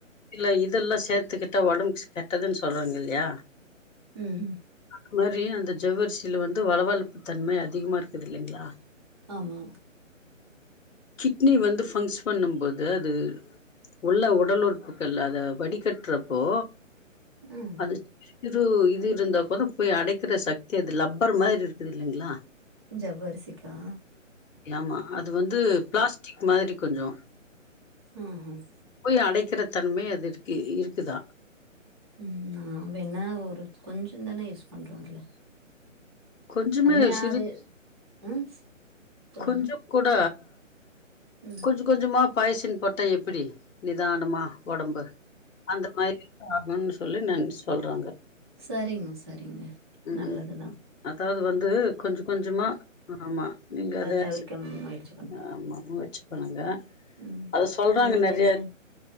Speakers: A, on the left; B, on the right.
A: இல்ல இதெல்லா சேத்துக்கிட்டா ஒடம்பு கெட்டதுன் சொல்றாங்க இல்யா
B: ம்.
A: இந் மாரி அந்த ஜவ்வரிசில வந்து வழவழப்பு தன்மை அதிகமா இருக்குது இல்லைங்ளா
B: ஆமா.
A: கிட்னி வந்து ஃபங்க்ச் பண்ணும் போது அது உள்ள உடல் உறுப்பு கில்ல அத வடிகட்றப்போ
B: ம்.
A: அது ச்கிறு இது இருந்தா கூட போய் அடைக்கிற சக்தி அது லப்பர் மாரி இருக்குது இல்லைங்ளா
B: ஜவ்வரிசிக்கா
A: யாமா அது வந்து பிளாஸ்டிக் மாதிரி கொஞ்சோ
B: ம் ம்.
A: போய் அடைக்கிற தன்மை அதுர்க்கு இருக்குதா.
B: ம் நாம்ப என்னா ஒருத் கொஞ்சந்தான யூஸ் பண்றோ அதுல.
A: கொஞ்சமே
B: தனியா
A: சிறு
B: அது ம். சொல்லுங்க.
A: கொஞ்சக் கூட
B: ம்.
A: கொஞ்ச கொஞ்சமா பாய்சின் போட்டா எப்பிடி நிதானமா ஒடம்பு அந்த மாரி ஆகுன் சொல்லி நான் சொல்றங்க.
B: சரிங்மா சரிங்க நல்லதுதா.
A: ம் அதாவது வந்து கொஞ்ச கொஞ்சமா ஆமா நீங்க அத
B: தவிர்க்க
A: <inaudible>
B: முயற்சி பண்ணலாம்.
A: ஆமா வச்சு பண்ணுங்க
B: ம்.
A: அத சொல்றாங்க
B: உங்களுது
A: நறிய
B: என்ன?